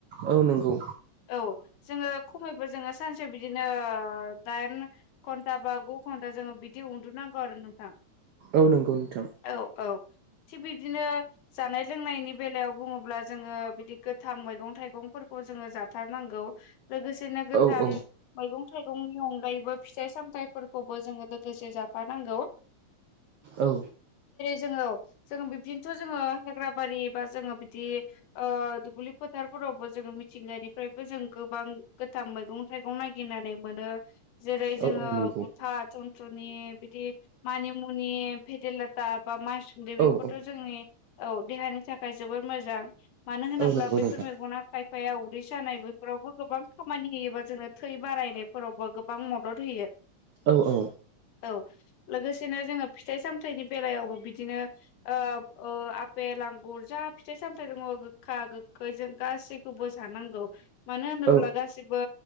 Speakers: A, on the right; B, on the left.
A: औ नंगौ
B: औ जोङो खमैबो जोङो सानसे बिदिनो दाइान घन्टा बा गु घन दा जोङो बिदि उन्दुनांगौ आरो नोंथां
A: औ नंगौ नोंथां।
B: औ औ थिग बिदिनो जानाय- लोंनायनि बेलायाव बुङोब्ला जोङो बिदि गोथां मैगं-थाइगं <unintelligible> जोङो जाथारनांगौ। लोगोसेनो गोथां
A: औ औ
B: मैगं-थाइगंनि अनगायैबो फिथाइ- सामथाइफोरखौ <unintelligible> जोङो लोगोसे जाफानांगौ।
A: औ।
B: जोङो-जोङो बिबदिनोथ' जोङो हाग्रा बारि बा जोङो बिदि ओ दुब्लि फोथारफोर <unintelligible> जोङो मिथिंगानिफ्रायबो जों गोबां गोथां मैगं-थाइगं नागिरनानै मोनो। जेरै जोङो
A: औ औ नंगौ
B: बुथा, थुन्थ्रनि बिदि मानि मुनि, भेदेरलाथा बा माइ सुन्दि बेफोरथ'
A: औ औ
B: जोंनि, औ देहानि थाखाय जबोर मोजां। मानो होनोब्ला
A: औ नंगौ
B: बैफोर
A: नोंथां
B: मेगना खायफाया उदै सानाय बैफोरावबो गोबां खामानि होयोबा जोङो थै बारायनायफोरावबो गोबां मदद होयो।
A: औ-औ।
B: औ लोगोसेनो जोङो फिथाइ - सामथायनि बेलायावबो बिदिनो ओ-ओ आपेल आंगुर जा फिथाइ - सामथाइ दङ गोखा-गोखै जों गासैखौबो जानांगौ। मानो होनोब्ला
A: औ
B: गासिबो,